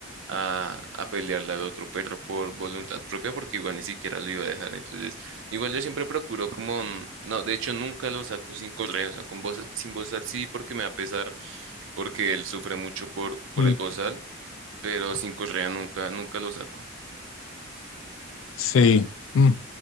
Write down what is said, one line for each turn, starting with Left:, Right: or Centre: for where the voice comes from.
Right: a, a pelearle al otro perro por voluntad propia porque igual ni siquiera lo iba a dejar, entonces igual yo siempre procuro como, mm, no, de hecho nunca lo saco sin correa, o sea, con voz, sin voz al sí porque me va a pesar porque él sufre mucho por, por
Left: sí.
Right: el bozal, pero sin Correa nunca, nunca lo saco.
Left: Sí. Mm.